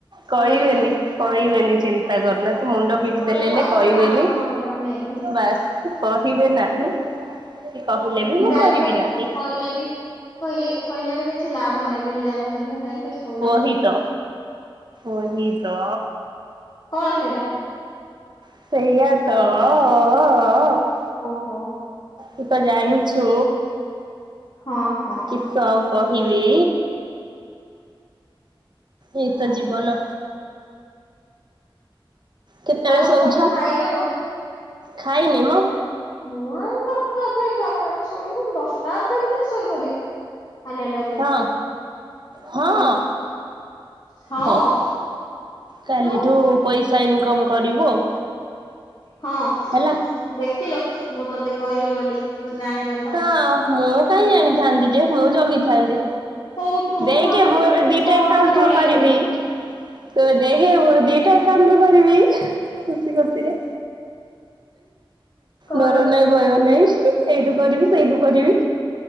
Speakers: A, on the right; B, on the left.
A: କହିବେନି
B: ଅଳସୁଆଣି।
A: କହିବେନି ଚିନ୍ତା କରନା ତୁ ମୁଣ୍ଡ ପିଟି
B: ବଡ
A: ଦେଲେ ହେଲେ
B: ଥାଉ
A: କହିବେନି
B: ଥାଉ ସାନ କଣ କରିବ ନେଇକି
A: ବାସ୍। କହିବେ ନାହିଁ କି କହିଲେ ବି ମୁଁ
B: ଜାଣିଛନ୍ତି
A: କରିବି ନାହିଁ।
B: କହିଲେ ବି କହିଲେ କହିଲେ ବି କିଛି ଲାଭ ନାହିଁ ବୋଲି ଜାଣିଛନ୍ତି ହେଥିପାଇଁ କିଛି କହୁନାହାନ୍ତି
A: କହିତ ଓହି ତ
B: କଣ ସେଇଟା?
A: ସେଇଆ ତ ଅ ଅ ଅ ଅ ଅ
B: ଓହୋ।
A: ତୁ ତ ଜାଣିଛୁଁ
B: ହଁ ହଁ
A: କିସ
B: ହଁ।
A: ଆଉ କହିବି। ଏଇତ ଜୀବନ। କେତେବେଳେ
B: ଆଉ
A: ଶୋଉଛ
B: କଣ ଖାଇଲୁଣୁ?
A: ଖାଇନି ମ।
B: ମୁଁ ଆଉ ଦଶଟା ଅଧେ ଏଗାରଟା ହେଲେ ଶୋଇବି ଦଶଟା ଅଧେ ଭିତରେ ଶୋଇପଡିବି ହାଲିଆ ଲାଗୁଛି।
A: ହଁ।
B: ଏବେ।
A: ହଁ।
B: ହୁଁ ହଁ
A: ହଉ କାଲିଠୁ
B: ତୁ
A: ପଇସା ଇନକମ୍ କରିବୁ ଆଉ।
B: ହଁ
A: ହେଲା।
B: ଦେଖିଲୁ ମୁଁ ତୋତେ କହିଲି ବୋଲି ତୁ ଜାଣିନ
A: ହଁ ମୁଁ କାହିଁ ଜାଣିଥାନ୍ତି ଯେ ମୁଁ ଜଗିଥାନ୍ତି।
B: ହଉ ମୁଁ
A: ଦେଖେ
B: ଭାବୁଥିଲି
A: ମୁଁ
B: କେମିତି
A: ଏବେ ଦିଟା
B: କଣ
A: ଏକାଉଣ୍ଟରୁୁ
B: ଗୋଟେ କରିବାକୁ
A: କରିବି।
B: ପଡୁଛି।
A: ତୁ ଦେଖେ ମୁଁ ଏବେ ଦିଟା ଆକାଉଣ୍ଟରୁ କରିବି ଖୁସି ଖୁସିରେ।
B: କରେ
A: ଡର ନାହିଁ ଭୟ ନାହିଁ ଏଇଠୁ କରିବି ସେଇଠୁ କରିବି।